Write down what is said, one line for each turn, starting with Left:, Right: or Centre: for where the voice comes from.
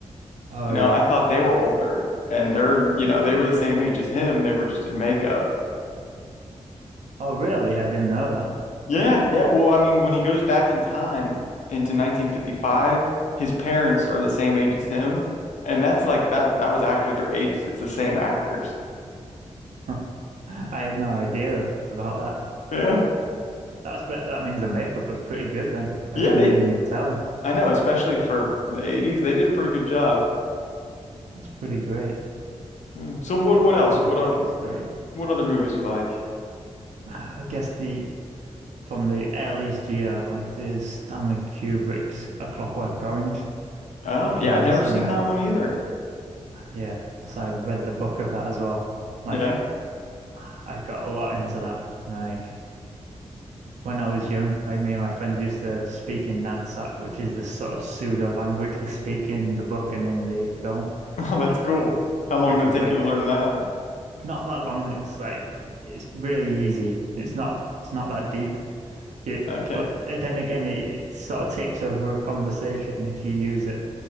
Right: Oh
Left: you know,
Right: yeah,
Left: I thought
Right: yeah.
Left: they were older and they're, you know, they were the same age as him. They were just in makeup.
Right: Oh really? I didn't know that.
Left: Yeah, yeah. Well, I mean, when he goes back in time into 1955, his parents are the same age as him, and that's like that that was actually their age. It's the same actors.
Right: <laughs> I had no idea about that.
Left: Yeah.
Right: That's bet that means the makeup was pretty good then, because I
Left: Yeah,
Right: couldn't
Left: they
Right: even tell.
Left: I know, especially for the 80s, they did a pretty good job.
Right: That's pretty great.
Left: Mm. So what
Right: Yeah,
Left: what
Right: Back
Left: else?
Right: to the
Left: What
Right: Future
Left: uh,
Right: is great.
Left: what other movies you like?
Right: Ah, I guess the from the earliest year I liked is Stanley Kubrick's A Clockwork Orange,
Left: Oh,
Right: if
Left: yeah,
Right: you've ever
Left: I've never
Right: seen
Left: seen
Right: that.
Left: that one either.
Right: Yeah, because I read the book of that as well. Like
Left: Yeah.
Right: I I got a lot into that. Like When I was young, like me and my friends used to speak in Nadsat, which is the sort of pseudo language they <laughs> speak in the book and in the film,
Left: <laughs> Oh, that's
Right: uh,
Left: cool. How long
Right: which
Left: did
Right: is
Left: it take
Right: like
Left: you to learn that?
Right: not that long. It's like it's really easy. It's not it's not that deep. Yeah,
Left: Okay.
Right: but then again, it, it sort of takes over a conversation if you use it,